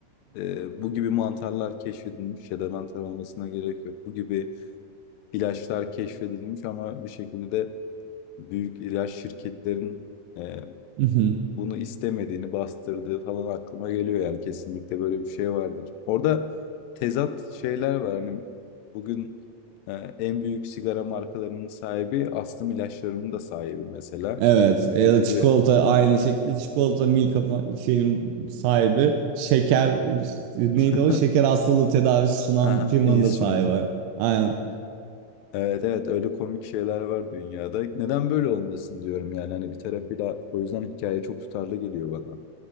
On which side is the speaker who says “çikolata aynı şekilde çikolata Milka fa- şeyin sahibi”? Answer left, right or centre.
Right